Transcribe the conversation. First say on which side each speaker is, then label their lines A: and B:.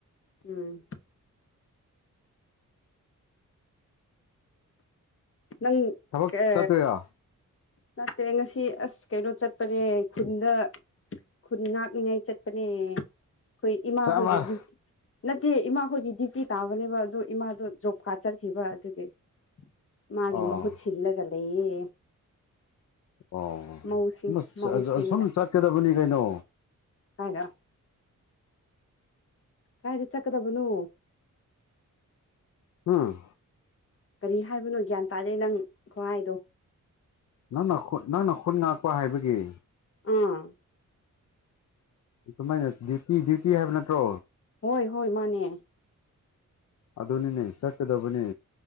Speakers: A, on the left; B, on the left.
A: ꯎꯝ ꯅꯪ
B: ꯊꯕꯛ
A: ꯀ
B: ꯆꯠꯇꯣꯏꯔꯣ
A: ꯅꯠꯇꯦ ꯉꯁꯤ ꯑꯁ ꯀꯩꯅꯣ ꯆꯠꯄꯅꯦ ꯈꯨꯟꯗ ꯈꯨꯟ ꯉꯥꯛꯅꯤꯉꯥꯏ ꯆꯠꯄꯅꯦ ꯑꯩꯈꯣꯏ ꯏꯃꯥꯍꯣꯏꯒꯤ
B: ꯁꯕꯥꯁ
A: ꯗ꯭ꯌꯨꯇꯤ ꯅꯠꯇꯦ ꯏꯃꯥꯍꯣꯏꯒꯤ ꯗ꯭ꯌꯨꯇꯤ ꯇꯥꯕꯅꯦꯕ ꯑꯗꯣ ꯏꯃꯥꯗꯣ ꯖꯣ ꯀꯥ ꯆꯠꯈꯤꯕ ꯑꯗꯨꯒꯤ ꯃꯥꯒꯤ
B: ꯑꯣ
A: ꯃꯍꯨꯠ ꯁꯤꯜꯂꯒ ꯂꯩꯌꯦ
B: ꯑꯣ
A: ꯃꯧꯁꯤꯡ
B: ꯑꯁ
A: ꯃꯧꯁꯤꯡꯒ
B: ꯑ ꯁꯨꯝ ꯆꯠꯀꯗꯕꯅꯤ ꯀꯩꯅꯣ
A: ꯍꯥꯏꯅ ꯀꯥꯏꯗ ꯆꯠꯀꯗꯕ ꯅꯣ
B: ꯍꯝ
A: ꯀꯔꯤ ꯍꯥꯏꯕꯅꯣ ꯒ꯭ꯌꯥꯟ ꯇꯥꯗꯦ ꯅꯪ ꯈꯨꯨꯍꯥꯏꯗꯣ
B: ꯅꯪꯅ ꯈꯠ ꯅꯪꯅ ꯈꯨꯟ ꯉꯥꯛꯄ ꯍꯥꯏꯕꯒꯤ
A: ꯑꯥ
B: ꯀꯃꯥꯏꯅ ꯗ꯭ꯌꯨꯇꯤ ꯗ꯭ꯌꯨꯇꯤ ꯍꯥꯏꯕ ꯅꯠꯇ꯭ꯔꯣ
A: ꯍꯣꯏ ꯍꯣꯏ ꯃꯥꯅꯦ
B: ꯑꯗꯨꯅꯤꯅꯦ ꯆꯠꯀꯗꯕꯅꯦ